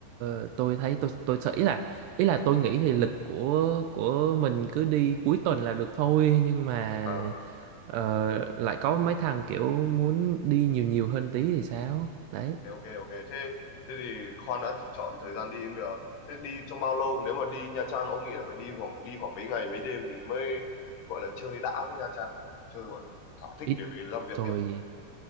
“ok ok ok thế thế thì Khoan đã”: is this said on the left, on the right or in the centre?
Left